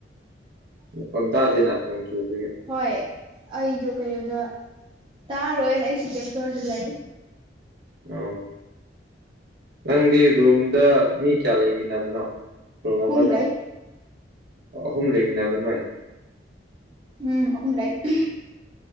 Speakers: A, on the right; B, on the right.
A: ꯃꯍꯣꯟ ꯇꯗꯦꯅ ꯅꯣꯡꯆꯨꯕꯒꯤ
B: ꯍꯣꯏ ꯑꯩꯗꯣ ꯀꯩꯅꯣꯗ ꯇꯥꯔꯣꯏ ꯑꯩ ꯁꯤꯀꯦꯟ ꯐ꯭ꯂꯣꯔꯗ ꯂꯩ
A: ꯑꯣ ꯅꯪꯗꯤ ꯔꯨꯝꯗ ꯃꯤ ꯀꯌꯥ ꯂꯩꯃꯤꯟꯅꯕꯅꯣ ꯔꯨꯝ
B: ꯑꯍꯨꯝ
A: ꯑꯃꯗ
B: ꯂꯩ
A: ꯑꯍꯨꯝ ꯂꯩꯃꯤꯕꯅ ꯅꯣꯏ
B: ꯎꯝ ꯑꯍꯨꯝ ꯂꯩ ꯎꯝ